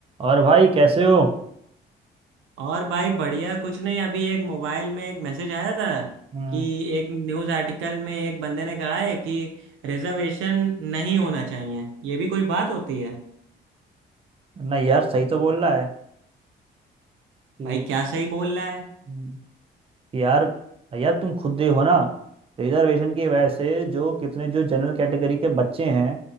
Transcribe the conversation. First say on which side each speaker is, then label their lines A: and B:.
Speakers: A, on the right; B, on the right.
A: और भाई कैसे हो
B: और भाई बढ़िया कुछ नहीं अभी एक मोबाइल में एक मैसेज आया था
A: हम्म
B: कि एक न्यूज़ आर्टिकल में एक बंदे ने कहा है कि रिजर्वेशन नहीं होना चाहिए ये भी कोई बात होती है
A: नहीं यार सही तो बोल रहा है कि
B: भाई क्या सही बोल रहा है
A: हम्म, कि यार यार तुम खुद देखो ना रिजर्वेशन की वजह से जो कितने जो जनरल कैटेगरी के बच्चे हैं